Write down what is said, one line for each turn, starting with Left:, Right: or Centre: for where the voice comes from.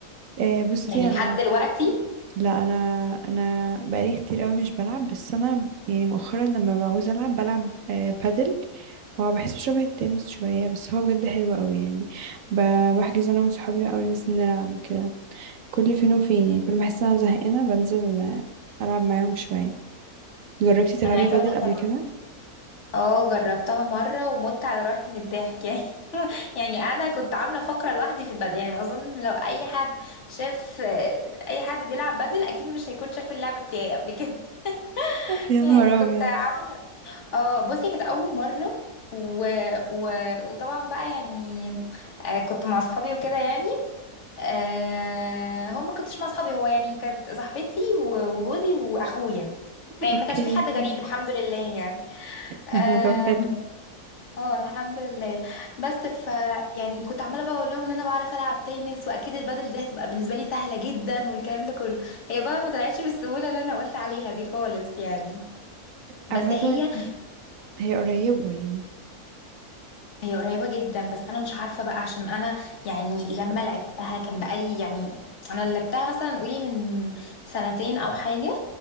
Right: آه، بصي
Left: يعني لحد
Right: انا
Left: دلوقتي
Right: لا انا انا بقالي كتير قوي مش بلعب بس انا يعني مؤخرا لما بعوز العب بلعب آه، بادل هو بحسه شبه التنس شوية بس هو بجد حلو قوي يعني ب- بحجز انا وصحابي بقى وننزل نلعب وكده كل فين وفين يعني كل ما احس إن انا زهقانة بنزل آه، العب معاهم شوية جربتي تلعبي
Left: انا عايزه
Right: بدل
Left: اقول لك
Right: قبل
Left: انا
Right: كده
Left: اه جربتها مره ومت على روحي من الضحك يعني <laughs> يعني انا كنت عامله فقره لوحدي في البدل يعني اظن لو اي حد شاف اي حد بيلعب بدل اكيد مش هيكون شاف اللعب بتاعي قبل كده <laughs>
Right: يا
Left: يعني
Right: نهار
Left: كنت
Right: أبيض
Left: عامله اه بصي كانت اول مره و... و... وطبعا بقى يعني آه، كنت مع اصحابي وكده يعني آه... هو ما كنتش مع اصحابي هو يعني كانت صاحبتي و- وجوزي واخويا يعني
Right: اوكي
Left: ما كانش في حد غريب الحمد لله يعني <laughs> آم،
Right: <laughs> طب حلو
Left: اه الحمد لله بس ف يعني كنت عماله بقى اقول لهم ان انا بعرف العب تنس واكيد البادل دي هتبقى بالنسبه لي سهله جدا والكلام ده كله هي بقى ما طلعتش بالسهوله اللي انا قلت عليها دي خالص يعني بس
Right: عامة
Left: هي
Right: هي قريبة يعني
Left: هي قريبه جدا بس انا مش عارفه بقى عشان انا يعني لما لعبتها كان بقالي يعني انا لعبتها مثلا قولي من سنتين او حاجه